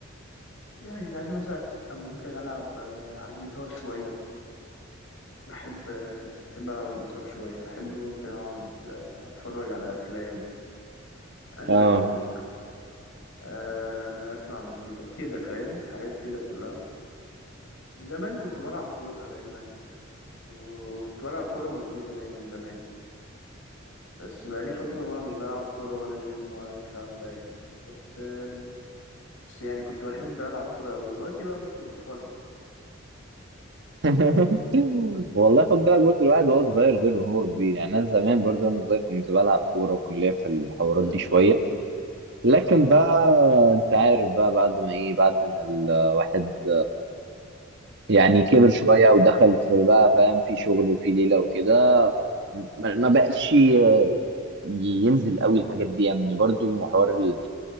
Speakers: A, on the left (about 80°); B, on the right (about 60°).
A: يعني ساعات مثلا ممكن العب آه، على الجيتار شويه بحب بحب ألعب على الجيتار شوية بحب ممكن أقعد آه، أتفرج على أفلام أنزل
B: اه
A: أخرج آه، أسمع مزيكا كده فاهم حاجات كده كلها زمان كنت بلعب كورة دايما وكنت بلعب كورة ومزيكا دايما زمان بس بقالي فترة بقى مش بلعب كورة ولا جيم ولا الكلام ده يعني بس آه، بس يعني كنت بحب ألعب كورة أوي دلوقتي بقى ممكن بتفرج بس
B: <laughs> والله خد بالك برضه الواحد وهو صغير غير وهو كبير يعني انا زمان برضه وانا صغير كنت بلعب كوره وكنت ليا في الحوارات
A: امم
B: دي شويه لكن
A: اه
B: بقى انت عارف بقى بعد ما ايه بعد ما الواحد يعني كبر شويه ودخل في بقى فاهم في شغل وفي ليله وكده ما ما بقاش ي- ينزل قوي الحاجات دي يعني برضه حوار ال-